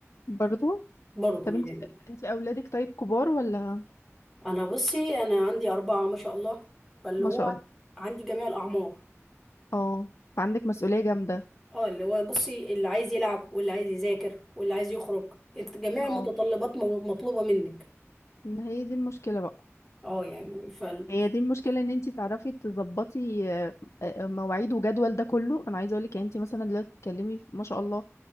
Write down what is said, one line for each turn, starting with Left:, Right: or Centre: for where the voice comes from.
Left: برضو
Centre: برضو
Left: طب
Centre: يعني
Left: انت انت اولادك طيب كبار ولا
Centre: انا بصي انا عندي اربعه ما شاء الله فاللي
Left: ما
Centre: هو
Left: شاء
Centre: عن-
Left: الله
Centre: عندي جميع الاعمار
Left: اه فعندك مسؤوليه جامده
Centre: اه اللي هو بصي اللي عايز يلعب واللي عايز يذاكر واللي عايز يخرج إنت- جميع
Left: اه
Centre: المتطلبات م- مطلوبه منك
Left: ما هي دي المشكله بقى
Centre: اه يعني ف
Left: هي دي المشكله ان انت تعرفي تظبطي آه، آه، مواعيد وجدول ده كله انا عايزه اقول لك يعني انت مثلا دلوقتي بتتكلمي في- ما شاء الله